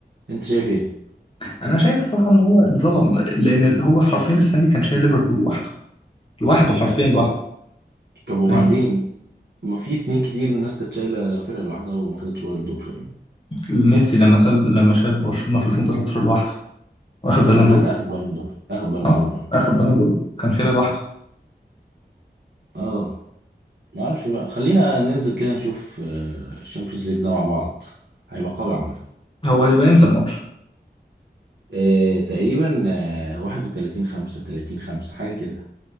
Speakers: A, on the right; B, on the left.
A: انت شايف ايه
B: انا شايف الصراحه ان هو اتظلم لان هو حرفيا السنه دي كان شايل ليفربول لوحده لوحده حرفيا لوحده
A: طب وبعدين
B: فاهم
A: ما في سنين كتير الناس كانت شايله فرقه لوحدها وما خدتش بالون دور فاهم
B: ميسي لما سال لما شال برشلونه في 2019 لوحده واخد
A: بس
B: بالون
A: اخد
B: دور
A: اخد بالون دور اخد بالون
B: اه
A: دور اه
B: اخد بالون دور كان شايل لوحده
A: اه ما اعرفش بقى خلينا ننزل كده نشوف الشامبيونز ليج ده مع بعض هيبقى قوي عامه
B: هو هيبقى امتى الماتش
A: آه، تقريبا آه، 31 5 30 5 حاجه كده